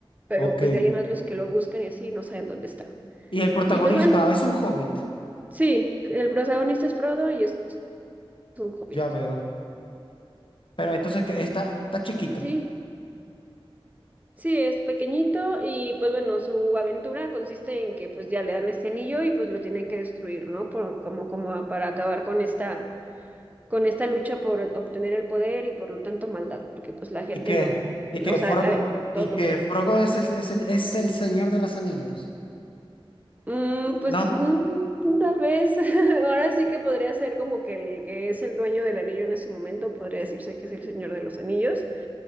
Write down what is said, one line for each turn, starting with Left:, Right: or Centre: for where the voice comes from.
Right: pero
Left: ok.
Right: pues de ahí en más los que lo buscan y así no saben dónde está.
Left: Y el protagonista
Right: Y pues bueno,
Left: es un hobbit,
Right: Sí, el protagonista es Frodo y es un hobbit.
Left: ya veo. Pero entonces que está, está chiquito.
Right: Sí, sí, es pequeñito y pues bueno, su aventura consiste en que pues ya le dan este anillo y pues lo tienen que destruir, ¿no? Por- como, como para acabar con esta, con esta lucha por obtener el poder y por lo tanto maldad, porque pues la gente
Left: Y que,
Right: lo,
Left: y
Right: lo-
Left: que
Right: o sea,
Left: Frodo,
Right: eh, todos
Left: y que
Right: lo quieren.
Left: Frogo es el, es el, es el señor de las anillas,
Right: Mm, pues
Left: ¿No?
Right: mm, tal vez, <laughs> ahora sí que podría ser como que el que es el dueño del anillo en ese momento, podría decirse que es el Señor de los Anillos.